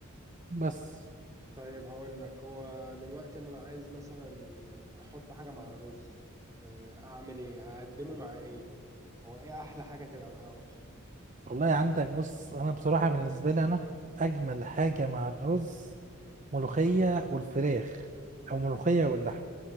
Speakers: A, on the right; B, on the right.
A: بس
B: طيب هقول لك هو دلوقتي إن انا عايز مثلا يعني احط حاجة مع الرز آه، اعمل ايه اقدمه مع ايه هو ايه احلى حاجة تبقى معاه اصلا
A: والله عندك بص انا بصراحه بالنسبه لي انا اجمل حاجه مع الرز ملوخيه والفراخ
B: امم
A: او ملوخيه واللحمه